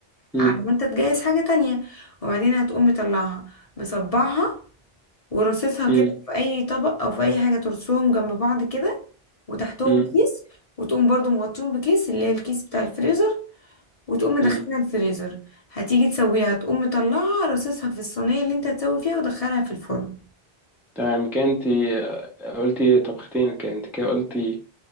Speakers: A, in the centre; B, on the left (about 40°).
A: امم
B: على ما انت تجهز حاجة تانية وبعدين هتقوم مطلعها مصبعها ورصصها كده
A: امم
B: في اي طبق او في اي حاجة ترصهم جنب بعض كده وتحتهم
A: امم
B: كيس وتقوم برضو مغطيهم بكيس اللي هي الكيس بتاع الفريزر وتقوم مدخلها
A: امم
B: الفريزر هتيجي تسويها هتقوم مطلعها رصصها في الصينية اللي انت هتسوي فيها ودخلها في الفرن
A: تمام كانتي آه، قلتي طبختين كانت كده قلتي